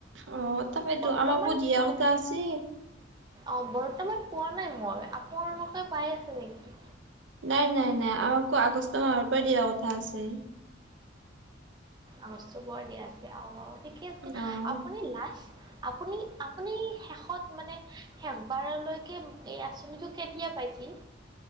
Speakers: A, on the right; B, on the right.
A: অ তাকেইতো
B: বৰ্তমান
A: আমাকো দিয়া
B: পোৱা
A: কথা
B: নাই।
A: আছিল
B: অঁ বৰ্তমান পোৱা নাই মই আপোনালোকে পাই আছে নেকি?
A: নাই নাই নাই আমাকো আগষ্ট মাহৰ পৰাই দিয়া কথা আছে।
B: আগষ্টৰ পৰা দিয়া আছে, অঁ অঁ ঠিকে আছে,
A: অ
B: আপুনি লাষ্ট, আপুনি আপুনি শেষত মানে শেষবাৰলৈকে এই আঁচনিটো কেতিয়া পাইছিল?